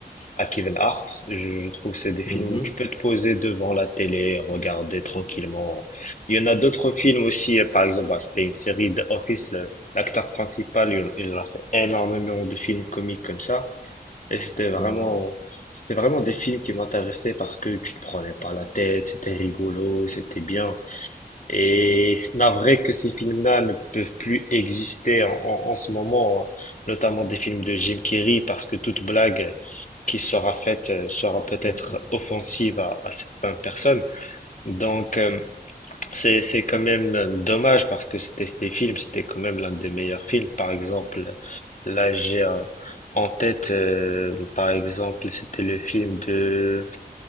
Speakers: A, on the left; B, on the left.
A: à Kevin Hart. Je, je trouve que c'est des
B: Mhm,
A: films où tu peux te poser devant la télé, regarder tranquillement. Il y en a d'autres films aussi, euh, par exemple, bah, c'était une série de Office, le- l'acteur principal, il il a fait énormément de films comiques comme ça. Et c'était vraiment,
B: mhm.
A: c'était vraiment des films qui m'intéressaient parce que tu te prenais pas la tête, c'était rigolo, c'était bien. Et c'est navré que ces films-là ne peuvent plus exister en, en- en ce moment, hein. notamment des films de Jim Carrey, parce que toute blague qui sera faite euh, sera peut-être
B: Ouais.
A: offensive à, à certaines personnes. Donc, euh, c'est, c'est quand même dommage parce que c'était des films, c'était quand même l'un des meilleurs films. Par exemple, là j'ai un- en tête, euh, par exemple, c'était le film de